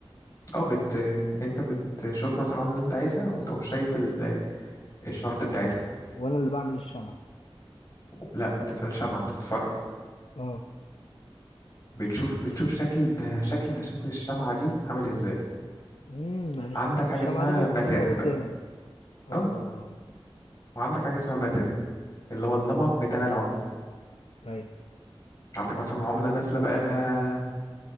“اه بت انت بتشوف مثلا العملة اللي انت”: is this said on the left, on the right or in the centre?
Left